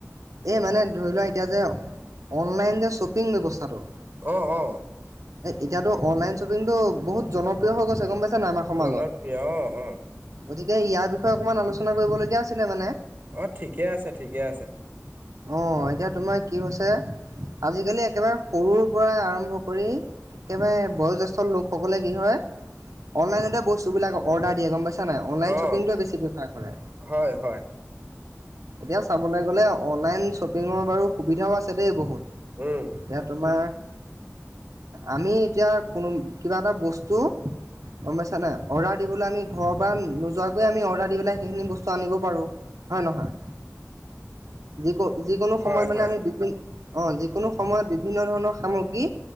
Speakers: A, on the right; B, on the right.
A: এই মানে ধৰি লোৱা এতিয়া যে অনলাইন যে শ্বপিং ব্যৱস্থাটো।
B: অহ অহ।
A: এতিয়াতো অনলাইন শ্বপিং তটো বহুত জনপ্ৰিয় হৈ গৈছে গম পাইছে। আমাৰ সমাজত
B: জনপ্ৰিয় অ অ
A: গতিকে ইয়াৰ বিষয়ে অকণমান আলোচনা কৰিবলগীয়া আছিলে মানে।
B: অ ঠিকে আছে ঠিকে আছে।
A: অ এতিয়া তোমাৰ কি হৈছে। আজিকালি একেবাৰে সৰুৰ পৰা আৰম্ভ কৰি একেবাৰে বয়জ্যেষ্ঠ লোকসকলে কি হয় অনলাইনতে বস্তুবলাক অৰ্ডাৰ দিয়ে গম পাইছে? অনলাইন
B: অ
A: শ্বপিং টো বেছ প্ৰফাৰ কৰে।
B: হয় হয়
A: এতিয়া চাবলৈ গ'লে অনলাইন শ্বপিঙৰ বাৰু সুবিধাও আছে দেই বহুত।
B: উম
A: এতিয়া তোমাৰ। আমি এতিয়া কোনো কিবা এটা বস্তু। গম পাইছা নাই অৰ্ডাৰ দিবলৈ আমি ঘৰৰ পৰা নোযোৱাকৈ আমি অ সেইখিনি আনিব পাৰো। হয় নহয় যি ক। যিকোনো সময়ত
B: হয়
A: মানে
B: হয়
A: আমি বিভি অঁ যিকোনো সময়ত বিভিন্ন ধৰণৰ সামগ্ৰী